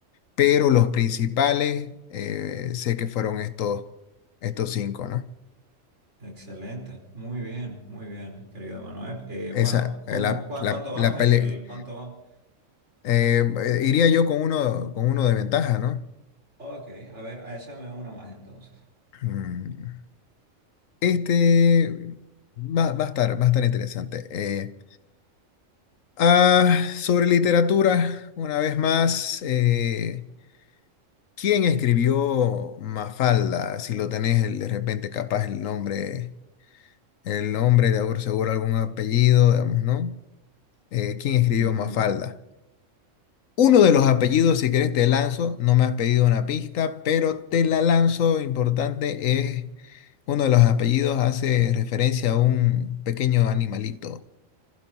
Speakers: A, on the left (about 80°); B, on the right (about 60°).
A: Pero los principales, eh, sé que fueron estos, estos cinco, ¿no?
B: Excelente, muy bien, muy bien, querido Manuel. Eh,
A: Esa,
B: bueno, ¿cómo,
A: eh, la,
B: cua-
A: la,
B: cuánto vamos
A: la pele-
B: en el, cuánto vamos?
A: eh, eh, iría yo con uno, con uno de ventaja, ¿no?
B: Ok, a ver, a esa me una más entonces.
A: Mm. Este va, va a estar, va a estar interesante. Eh, ah, sobre literatura, una vez más, eh, ¿quién escribió Mafalda? Si lo tenés el- de repente capaz el nombre, el nombre de algún- seguro algún apellido, digamos, ¿no? Eh, ¿quién escribió
B: Ujú,
A: Mafalda? Uno de los apellidos,
B: Más.
A: si querés, te lanzo. No me has pedido una pista, pero te la lanzo. Importante es, uno de los apellidos hace referencia a un pequeño animalito.